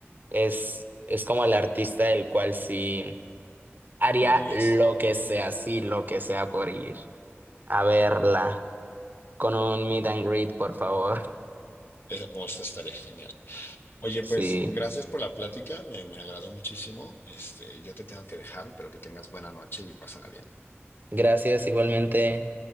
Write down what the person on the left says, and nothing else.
Morirías.
Es- O eso estaría genial. Oye,
pues gracias por la plática, me, me agradó muchísimo. Este, yo te tengo que dejar, pero que tengas buena noche y pásala bien.